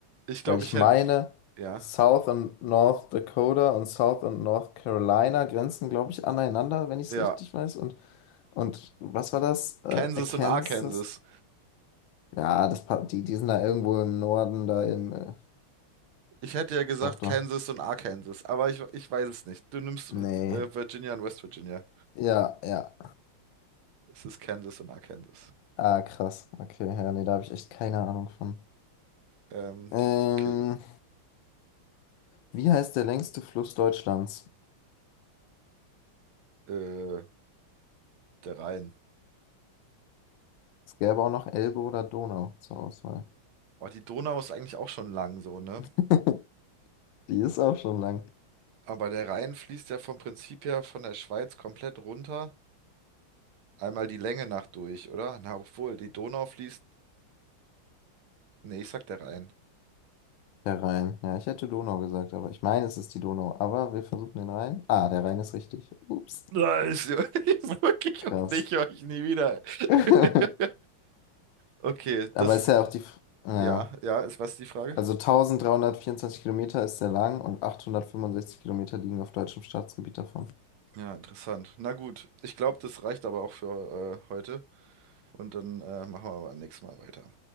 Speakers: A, on the right; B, on the left.
A: Ich glaube,
B: weil ich
A: ich
B: meine,
A: hätte, ja,
B: South und North Dakota und South und North Carolina grenzen, glaube ich, aneinander, wenn ich
A: ja,
B: es richtig weiß. Und, und was war das? Äh,
A: Kansas
B: Arkansas?
A: und Arkansas.
B: Ja, das, pa- die, die sind da irgendwo im Norden, da im. Äh,
A: Ich hätte ja gesagt
B: doch, doch.
A: Kansas und Arkansas, aber ich, ich weiß es nicht. Du nimmst
B: Nee.
A: äh, Virginia und West Virginia.
B: Ja, ja.
A: Es ist Kansas und Arkansas.
B: Ah, krass. Okay, ja, nee, da habe ich echt keine Ahnung von.
A: Ähm,
B: Ähm,
A: okay,
B: wie heißt der längste Fluss Deutschlands?
A: äh, der Rhein.
B: Es gäbe auch noch Elbe oder Donau zur Auswahl.
A: Oh, die Donau ist eigentlich auch schon lang so, ne?
B: <laughs> Die ist auch schon lang.
A: Aber der Rhein fließt ja vom Prinzip her von der Schweiz komplett runter. Einmal die Länge nach durch, oder? Na, obwohl, die Donau fließt. Nee, ich sag der Rhein.
B: Der Rhein. Ja, ich hätte Donau gesagt, aber ich meine, es ist die Donau. Aber wir versuchen den Rhein. Ah, der Rhein ist richtig. Ups.
A: Nein, ich <laughs> wirklich
B: Krass.
A: auf dich höre ich nie wieder. <laughs>
B: <laughs>
A: Okay,
B: Aber
A: das ist.
B: ist ja auch die. F- Ja.
A: Ja, ja, ist was die Frage?
B: Also 1324 Kilometer ist sehr lang und 865 Kilometer liegen auf deutschem Staatsgebiet davon.
A: Ja, interessant. Na gut, ich glaube, das reicht aber auch für äh, heute. Und dann äh, machen wir beim nächsten Mal weiter.